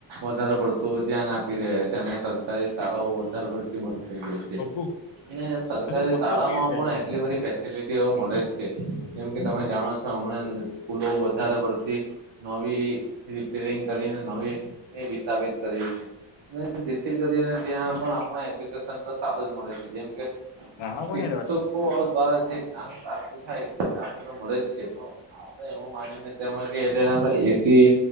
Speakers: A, on the right; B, on the left.
A: વધારે પડતું ધ્યાન આપી રહ્યા છે અને સરકારી શાળાઓ વધારે પડ બંધ થઈ ગઈ છે
B: અઘું
A: અને સરકારી
B: હજુ પંદર
A: શાળામાં
B: મિનિટ થઈ
A: પણ
B: ગઈ.
A: એટલી બધી ફેસિલિટીઓ મળે જ છે જેમ કે તમે જાણો છો મ સ્કૂલો વધારે પડતી નવી રિપેરિંગ કરીને નવી એ વિસ્થાપિત કરી છે. જેથી કરીને ત્યાં પણ આપણા એજ્યુકેશન તો સારું જ મળે છે જેમકે
B: રાણા
A: શિક્ષકો
B: કોની હારે વાત
A: દ્વારા જે જ્ઞાન પ્રાપ્તિ થાય તે આપણને મળે જ છે, પણ આપડે એવું માનીને તેમમાં કે એટલે તમે એસી